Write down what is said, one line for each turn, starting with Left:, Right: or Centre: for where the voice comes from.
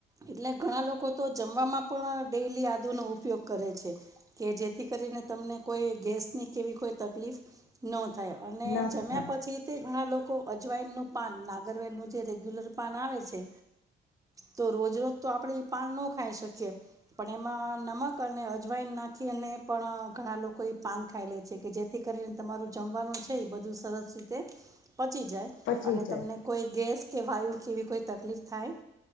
Right: એટલે ઘણા લોકો તો, જમવાવામાં પણ ડેલી આદુ નો ઉપયોગ કરે છે. કે જેથી કરીને તમને કોઈ ગેસ ની કેવી કોઈ તકલીફ ન થાય. અને
Left: ના
Right: જમ્યા
Left: થાય
Right: પછી તે ઘણા લોકો અજવાઈનનું પાન, નાગરવેન નું જે રેગ્યુલર પાન આવે છે. તો રોજ રોજ તો આપડે એ પાન ન ખાઈ શકીએ. પણ એમાં નમક અને અજવાઈણ નાખીને પણ ઘણા લોકો એ પાન ખાઈ લે છે. કે જેથી કરીને તમારું જમવાનું છે એ બધું. સરસ રીતે પચી જાય,
Left: પચી
Right: અને
Left: જાય
Right: તમને કોઈ ગેસ. કે વાયુ કેવી કોઈ તકલીફ થાય.